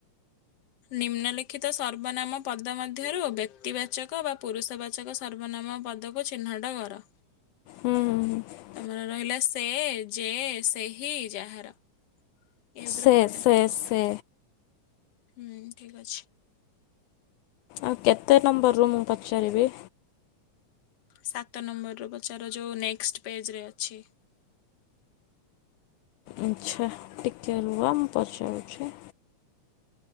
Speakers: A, on the left; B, on the left.
A: ନିମ୍ନଲିିଖିତ ସର୍ବନାମ ପଦ ମଧ୍ୟରୁ ବ୍ୟକ୍ତି ବାଚକ ବା ପୁରୁଷ ବାଚ ଚକ ସର୍ବନାମ ପଦକୁ ଚିହ୍ନଟ କର।
B: ହୁଁ, ହୁଁ।
A: ତୋମର ରହିଲା ସେ, ଯେ, ସେହି, ଯାହାର। ଏହା ଭିତରୁ
B: ସେ
A: କୋଉଟା?
B: ସେ ସେ
A: ହୁଁ, ଠିକ ଅଛି।
B: ଆଉ କେତେ ନମ୍ବର ରୁ ମୁଁ ପଚାରିବି?
A: ସାତ ନମ୍ବର୍ ରୁ ପଚାର ଯୋଉ ନେକ୍ସଟ୍ ପେଜ୍ ରେ ଅଛି।
B: ଆଚ୍ଛା, ଟିକେ ରୁହ ମୁଁ ପଚାରୁଛି।